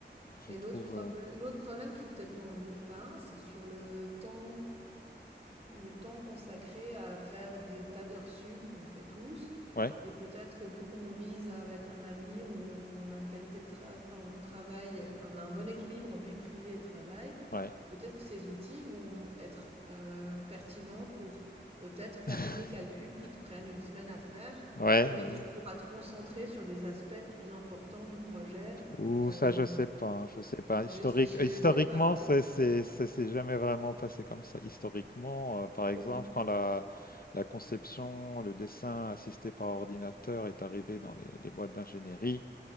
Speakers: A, on the right (about 35°); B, on the left (about 50°).
A: Et
B: je trouve.
A: l'autre probl-
B: euh,
A: l'autre problème qui peut-être n'en est pas un, c'est sur le temps Le temps consacré à faire des tas d'heures sup qu'on fait tous.
B: ouais,
A: Et peut-être que vu qu'on vise avec un avenir où on a une qualité de travail, enfin, où on travaille, on a un bon équilibre entre vie privée et travail,
B: ouais.
A: peut-être que ces outils vont être euh, pertinents pour peut-être faire
B: <laughs>
A: tous les calculs qui te prennent une semaine à faire,
B: Ouais,
A: mais
B: ouais.
A: que tu pourras te concentrer sur des aspects plus importants du projet.
B: Ou
A: Euh,
B: ça, je sais pas. hein, Je sais pas.
A: je,
B: Historique,
A: je
B: euh, historiquement,
A: sais pas. hein.
B: c'est, c'est, ça s'est jamais vraiment passé comme ça. Historiquement, euh, par exemple,
A: Pour... m-
B: quand la, la conception, le dessin assisté par ordinateur est arrivé dans les, les boîtes d'ingénierie,